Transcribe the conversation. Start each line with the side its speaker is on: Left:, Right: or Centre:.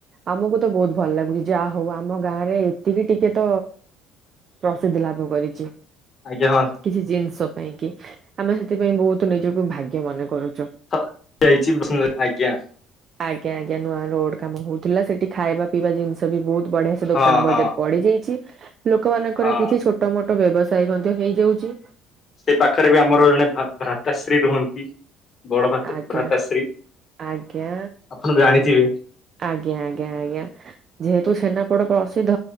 Right: ଆମକୁ ତ ବହୁତ ଭଲ ଲାଗୁଛି ଯାହା ହଉ ଆମ ଗାଁ ରେ ଏତିକି ଟିକେ ତ ପ୍ରସିଦ୍ଧି ଲାଭ କରିଛି।
Left: ଆଜ୍ଞା ହଁ
Right: କିଛି ଜିନିଷ ପାଇଁ କି ଆମେ ସେଥିପାଇଁ ବହୁତ ନିଜକୁ ଭାଗ୍ୟ ମନେ କରୁଛୁ
Left: ହ ଯାଇଛି ପସ ଆଞା।
Right: ଆଜ୍ଞା ଆଜ୍ଞା ନୂଆ ରୋଡ କାମ ହଉଥିଲା ସେଠି ଖାଇବା ପିଇବା ଜିନିଷ ବି ବହୁତ୍ ହୁ ବଢିଆ ସେ
Left: ହଁ
Right: ଦୋକାନ ବଜାର
Left: ହଁ
Right: ପଡିଯାଇଛି। ଲୋକମାନାନଙ୍କର
Left: ହଁ।
Right: କିଛି ଛୋଟ ମୋଟ ବ୍ୟବସାୟ ମଧ୍ୟ ହେଇଯାଉଛି।
Left: ସେ ପାଖରେ ବି ଆମର ଜଣେ ଭ୍ରାତାଶ୍ରୀ ରୁହନ୍ତି। ବଡ ଭ୍ରାତା-
Right: ଆଜ୍ଞା
Left: ଭ୍ରାତାଶ୍ରୀ।
Right: ଆଜ୍ଞା।
Left: ଆପଣ ଜାଣିଥିବେ
Right: ଆଜ୍ଞା ଆଜ୍ଞା ଆଜ୍ଞା ଯେହେତୁ ସେନ ବଟ ପ୍ରସିଦ୍ଧ